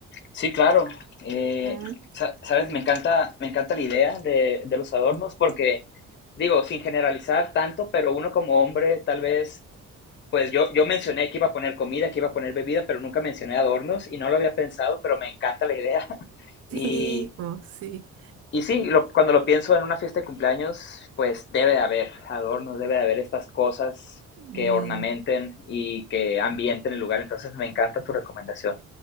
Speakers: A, on the left; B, on the right.
A: Sí, claro. Eh,
B: Mm,
A: sa- sabes, me encanta, me encanta la idea de, de los adornos porque, digo, sin generalizar tanto, pero uno como hombre, tal vez, pues yo, yo mencioné que iba a poner comida, que iba a poner bebida, pero nunca mencioné adornos y no lo había pensado, pero me encanta la idea. <laughs>
B: <laughs>
A: Y,
B: Sí, pues sí.
A: y sí, lo- cuando lo pienso en una fiesta de cumpleaños, pues debe de haber adornos, debe de haber estas cosas
B: Mm.
A: que ornamenten y que ambienten el lugar. Entonces, me encanta tu recomendación.